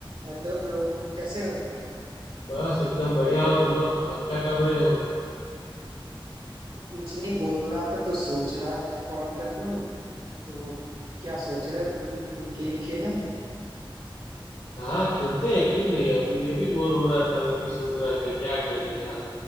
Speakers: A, on the right; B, on the left.
A: Hello bro कैसे हो
B: बस एकदम बढ़िया हो बोलो आप क्या कर रहे हो
A: कुछ नहीं बोर हो रहा था तो सोचा कि कॉल कर लूं तो क्या सोच रहे हो कि कोई गेम खेलें
B: हाँ खेलते हैं क्यों नहीं अभी मैं भी बोर हो रहा था मैं भी सोच रहा था क्या करें यार